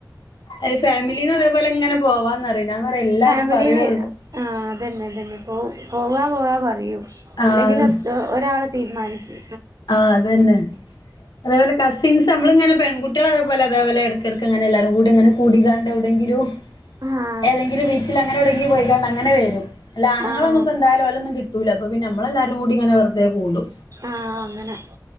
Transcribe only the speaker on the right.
ഫാമിലിയില്
ആഹ് അതെന്നെ അതെന്നെ പോ പോവാ പോവാ പറയും
അല്ലെങ്കില് ഒ ഒരാള് തീര്മാനിക്ക്
ആഹ്
ആഹ്
ആഹ് അങ്ങനെ